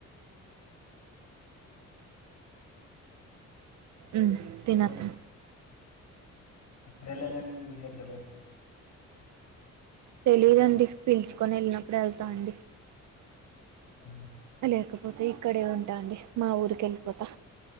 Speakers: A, on the right; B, on the left.
A: ఉహు
B: ఎప్పుడు
A: తినతో
B: లే లే నివరు హెడ్ వేడికి
A: తెలీదు అండి పిలుచుకొని వెళ్ళినప్పుడు వెళ్తా అండి
B: అ
A: లేకపోతే ఇక్కడే ఉంటా అండి మా ఊరికి వెళ్ళిపోతా